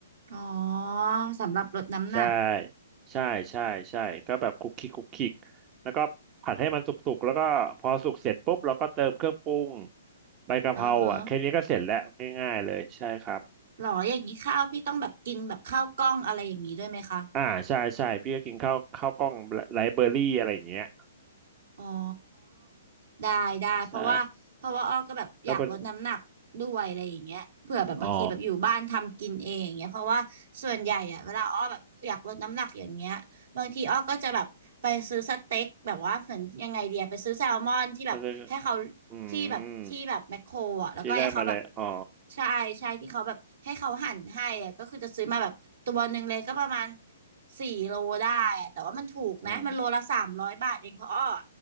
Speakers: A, on the right (about 55°); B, on the right (about 30°).
A: อ๋อสำหรับลดน้ำหนัก
B: ใช่ใช่ใช่ใช่ก็แบบคลุกคลิกคลุกคลิกแล้วก็ผัดให้มันสุกๆแล้วก็พอสุกเสร็จปุ๊บเราก็เติมเครื่องปรุงใบกะเพราอ่ะแค่นี้ก็เสร็จแล้วง่ายๆเลยใช่ครับ
A: อือฮะหรออย่างนี้ข้าวพี่ต้องแบบกินแบบข้าวกล้องอะไรอย่างนี้ด้วยไหมคะ
B: อ่าใช่ใช่พี่ก็กินข้าวข้าวกล้องไลฟ์เบอรี่อะไรอย่างเงี้ย
A: อ๋อได้ได้เพราะว่าเพราะว่าอ้อก็แบบอยากลดน้ำหนักด้วยอะไรอย่างเงี้ยเผื่อแบบบางทีแบบอยู่บ้านทำกินเองอย่างเงี้ยเพราะว่าส่วนใหญ่อะเวลาอ้อแบบอยากลดน้ำหนักอย่างเงี้ยบางทีอ้อก็จะแบบไปซื้อสเต็กแบบว่าเหมือนยังไงเดียไปซื้อแซลมอนที่แบบให้เขา
B: ใช่แล้วเป็นอ๋อต้องเรียกอื
A: ที่แบบที่แบบแมคโครอะแล้วก็ให้เขาแบบ
B: มที่แรกมาเลยอ๋อ
A: ใช่ใช่ที่เขาแบบให้เขาหั่นให้อะก็คือจะซื้อมาแบบตัวหนึ่งเลยก็ประมาณสี่โลได้อะแต่ว่ามันถูกนะมันโลละสามร้อยบาทเองเพราะอ้อ
B: อืม